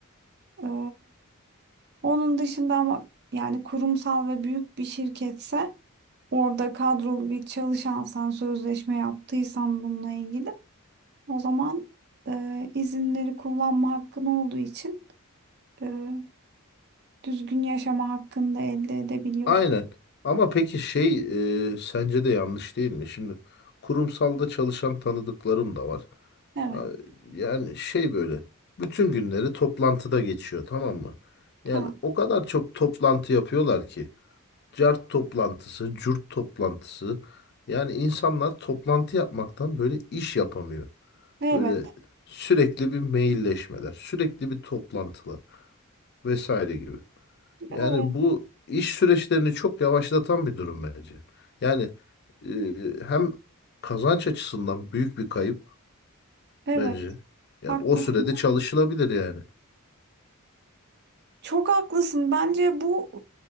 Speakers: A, on the right; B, on the left.
A: E, onun dışında ama yani kurumsal ve büyük bir şirketse Orada kadrolu bir çalışansan, sözleşme yaptıysan bununla ilgili o zaman e, izinleri kullanma hakkın olduğu için e, düzgün yaşama hakkını da elde edebiliyorsun.
B: Aynen. Ama peki şey e, sence de yanlış değil mi? Şimdi kurumsalda çalışan tanıdıklarım da var.
A: Evet.
B: Ya- Yani şey böyle bütün günleri toplantıda geçiyor tamam mı? Yani
A: Ha,
B: o kadar çok toplantı yapıyorlar ki. Cart toplantısı, cürt toplantısı. Yani insanlar toplantı yapmaktan böyle iş yapamıyor.
A: evet.
B: Böyle sürekli bir mailleşmeler, sürekli bir toplantılar vesaire gibi.
A: Evet.
B: Yani bu iş süreçlerini çok yavaşlatan bir durum bence. Yani e, hem kazanç açısından büyük bir kayıp
A: Evet.
B: bence. Ya
A: Haklısın.
B: o sürede çalışılabilir yani.
A: Çok haklısın. Bence bu